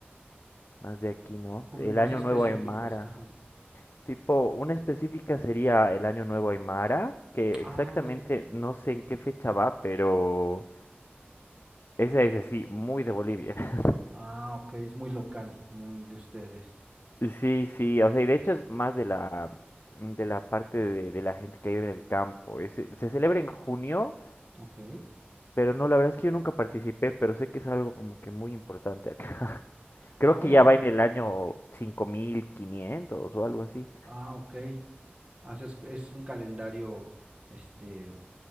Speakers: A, on the left (about 65°); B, on the right (about 30°).
A: más de aquí, ¿no?
B: como
A: El
B: más
A: Año
B: específicas,
A: Nuevo Aymara.
B: ajá.
A: Tipo, una específica sería el Año Nuevo Aymara, que
B: Ah,
A: exactamente
B: órale.
A: no sé en qué fecha va, pero esa es así, muy de Bolivia. <laughs>
B: Ah, ok, es muy local, muy de ustedes.
A: Sí, sí, o sea, y de hecho es más de la, de la parte de, de la gente que vive en el campo. Ese- se celebra en junio,
B: Ok,
A: pero no, la verdad es que yo nunca participé, pero sé que es algo como que muy importante acá. <laughs> Creo
B: ah, órale.
A: que ya va en el año 5500 o algo así.
B: Ah, ok. Haces, es es un calendario, este,